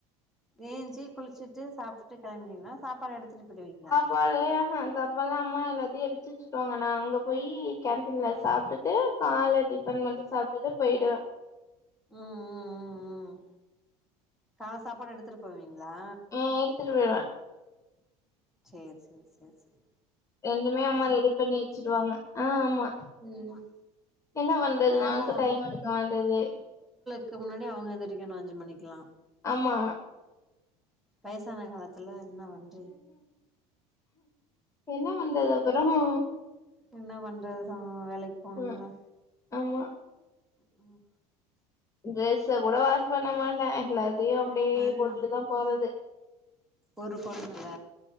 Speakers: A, in the centre; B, on the left.
A: ஏஞ்சி குளிச்சிட்டு சாப்டுட்டு கெளம்பிடுவீங்களா சாப்பாடு எடுத்துட்டு போயிடுவீங்களா
B: பழைய ஆ ஆ அப்போல்லாம் அம்மா எல்லாத்தையும் எடுத்து வச்சுருவாங்க நா அங்க போய்யி கேன்டீன்ல சாப்டு ட்டு கால டிபண் மட்டும் சாப்டுட்டு போயிடுவன்
A: ம் ம் ம் ம் கால சாப்பாடு எடுத்துட்டு போவீங்களா
B: ஆ எடுத்துட்டு போயிடுவே
A: சேர்‌ செரி செரி செரி
B: ரெண்டுமே அம்மா ரெடி பண்ணி வெச்சடுவாங்க ஆ ஆமா
A: ம்
B: என்ன பண்றது
A: அவுங்க
B: நமக்கு டைம் இருக்க மாட்டுது
A: அதுக்கு முன்னாடி அவங்க எந்தரிக்கனு அஞ்சுமணிக்குலா
B: ஆமா
A: வயசான காலத்துல என்ன பண்ண
B: என்ன பண்றது அப்பறோம்
A: என்ன பண்ணுறதுதான் வேலைக்கு போணும்ல
B: ம் ஆமா
A: ம்ம்
B: ட்ரெஸ்ச கூட வாஷ் பண்ண மாட்டன் எல்லாத்தையும் அப்டியே
A: ம்
B: போட்டுட்டு தான் போறது
A: ஒரு பொண்ணுல்ல